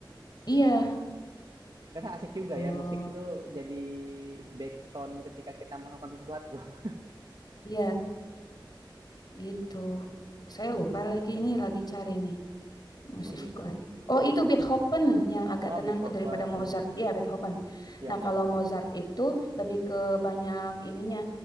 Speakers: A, on the left (about 55°); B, on the right (about 65°).
A: Iya.
B: Wah, ternyata asik juga
A: Oh,
B: ya musik itu jadi background ketika kita melakukan sesuatu. <laughs>
A: Iya, gitu. Saya
B: Iya.
A: lupa lagi ini lagi cari nih musik
B: Oh gitu.
A: lagi. Oh, itu Beethoven yang agak
B: Oh
A: tenang
B: Beethoven.
A: tuh daripada Mozart. Iya, Beethoven.
B: Iya
A: Nah,
B: iya.
A: kalau Mozart itu lebih ke banyak ininya